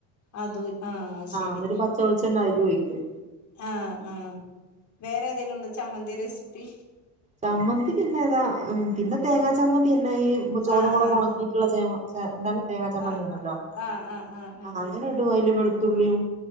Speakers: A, on the left; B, on the right.
A: അതും ആഹ് ശരി
B: എന്നിട്ട് പച്ച വെളിച്ചെണ്ണ അതിലും ഒഴിക്കും
A: ആ ആ വേറെ ഏതെങ്കിലും ഉണ്ടോ ചമ്മന്തി റെസിപ്പി
B: ചമ്മന്തി പിന്നെ ഏതാ പിന്നെ തേങ്ങാ ചമ്മന്തി തന്നെ ഈ ചോന്നമള
A: ആഹ് ആഹ്
B: ഉണക്കിട്ടുള്ളേ ചെ എന്താല തേങ്ങാ ചമ്മന്തി
A: ആഹ്
B: ഉണ്ടല്ലോ
A: ആഹ് ആഹ് ആഹ് ആഹ് ആഹ്
B: ആ അങ്ങനെ ഇടു അതില് വെളുത്തുള്ളിയും